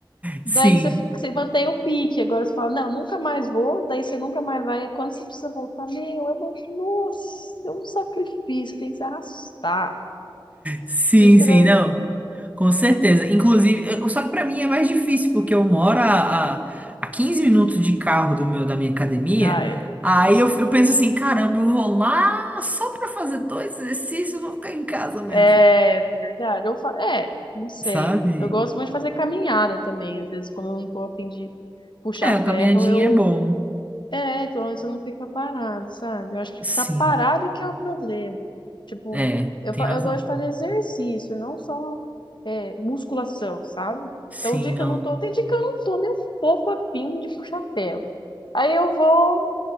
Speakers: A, on the right; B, on the left.
A: sim,
B: Daí você, fica- você mantém o pique. Agora você fala, não, nunca mais vou. Daí você nunca mais vai. É Quando você precisa voltar, meu, é uma, nossa, é um sacrifício. Tem que se arrastar.
A: sim,
B: Literalmente.
A: sim, não, com certeza. Inclusive, eu- só que pra mim é mais difícil, porque eu moro a, a, a 15 minutos de carro do meu, da minha academia.
B: Ah, é.
A: Aí
B: Isso
A: eu, f-
B: é difícil.
A: eu penso assim, caramba, eu vou lá só pra fazer dois exercícios, eu vou ficar em casa mesmo,
B: É verdade. Eu fa... É, não sei.
A: sabe?
B: Eu gosto muito de fazer caminhada também. Às vezes, quando eu não tô a fim de puxar
A: É, a caminhadinha
B: ferro, eu
A: é bom.
B: É, pelo menos você não fica parado, sabe? Eu acho que
A: Sim,
B: ficar parado que é o problema. Tipo,
A: é,
B: eu,
A: tem
B: fa-
A: razão.
B: eu gosto de fazer exercício, e não só é, musculação, sabe?
A: Sim,
B: Então, o dia
A: não.
B: que eu não tô, tem dia que eu não tô nem um pouco afim de puxar ferro. Aí eu vou,